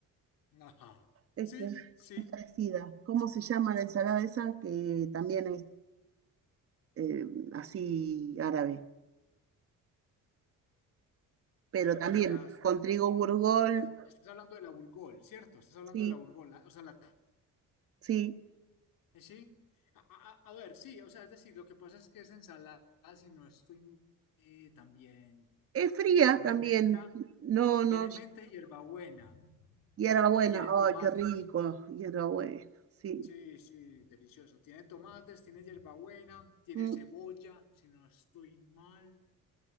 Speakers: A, on the left (about 80°); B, on the right (about 45°).
A: ajá.
B: Es
A: Sí,
B: que es
A: sí,
B: parecida. ¿Cómo se llama la ensalada esa? Que también es eh, así árabe, pero
A: pero
B: también
A: estás,
B: con trigo burgol,
A: estás, estás hablando de la Burgol, ¿cierto? Estás hablando
B: sí,
A: de la Burgol, la- o sea, la tarde.
B: sí.
A: Eh, Sí. A, a- a ver, sí, o sea, es decir, lo que pasa es que es ensalada, si no estoy eh, también
B: Es fría
A: menta.
B: también, no,
A: Tiene
B: no,
A: menta y hierbabuena
B: Hierbabuena,
A: y tiene tomates.
B: ay, qué rico, hierbabuena, sí.
A: Sí, sí, delicioso. Tiene tomates, tiene hierbabuena, tiene
B: Mm,
A: cebolla, si no estoy mal.